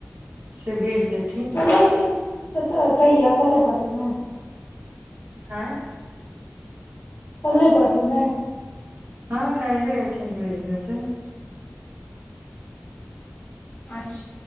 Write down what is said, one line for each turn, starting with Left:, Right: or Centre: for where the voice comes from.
Right: से भेज देत
Left: सोलह सए सत्ररह कैआ के पसेमे
Right: आँ
Left: कले पड़सू ने
Right: हँ कालल आइ थिंक भेज देतै
Left: अच्छा